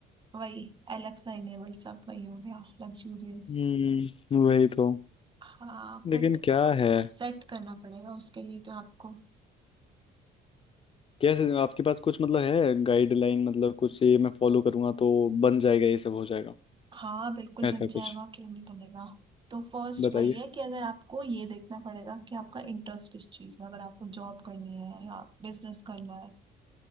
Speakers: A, on the right; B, on the left.
A: वही एलेक्सा इनेबल सब वही हो गया लग्जूरियस
B: हम्म वही तो
A: हाँ
B: लेकिन
A: बट
B: क्या है
A: सेट करना पड़ेगा उसके लिए तो आपको
B: कैसे आपके पास कुछ मतलब है गाइडलाइन मतलब कुछ ये मैं फॉलो करूंगा तो बन जाएगा ये सब हो जाएगा
A: हाँ बिल्कुल
B: ऐसा
A: बन
B: कुछ
A: जाएगा क्यों नहीं बनेगा तो फर्स्ट
B: बताइए।
A: वही है कि अगर आपको ये देखना पड़ेगा कि आपका इंटरेस्ट किस चीज़ में अगर आपको जॉब करनी है या बिजनेस करना है